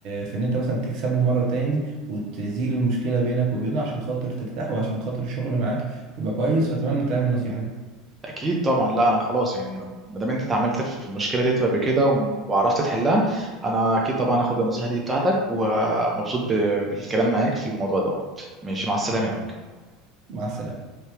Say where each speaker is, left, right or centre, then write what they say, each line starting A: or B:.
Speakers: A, on the right (about 55°); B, on the right (about 20°).
A: في إن أنت مثلا تكسبه مرة تاني وتزيل المشكلة بينك وبينه عشان خاطر ترتاح وعشان خاطر الشغل معاك يبقى كويس فأتمنى تعمل النصيحة دي
B: اكيد طبعا لا انا خلاص يعني ما دام انت اتعاملت في المشكله دي قبل كده وم- وعرفت تحلها انا اكيد طبعا هاخد النصيحه دي بتاعتك ومبسوط ب- بالكلام معاك في الموضوع دوت ماشي مع السلامه يا مك.
A: مع السلامة